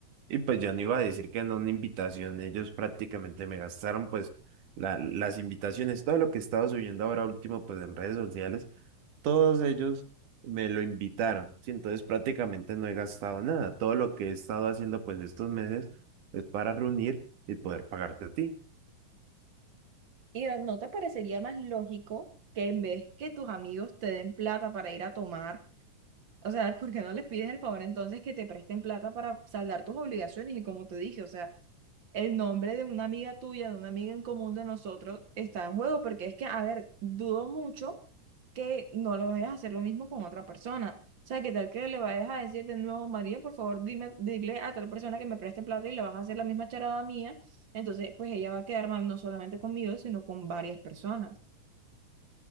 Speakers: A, on the right; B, on the right.
A: y pues yo no iba a decir que no una invitación, ellos prácticamente me gastaron pues la- las invitaciones, todo lo que he estado subiendo ahora último pues en redes sociales, todos ellos me lo invitaron, sí, entonces prácticamente no he gastado nada, todo lo que he estado haciendo pues estos meses es para reunir y poder pagarte a ti.
B: ¿Y a- no te parecería más lógico que en vez que tus amigos te den plata para ir a tomar? O sea, ¿por qué no les pides el favor entonces que te presten plata para saldar tus obligaciones? Y como te dije, o sea, el nombre de una amiga tuya, de una amiga en común de nosotros, está en juego, porque es que, a ver, dudo mucho que no le vayas a hacer lo mismo con otra persona. O sea, ¿qué tal que le vayas a decir de nuevo, María, por favor, dime, dile a tal persona que me preste plata y le vas a hacer la misma charada mía? Entonces, pues ella va a quedar mal no solamente conmigo, sino con varias personas.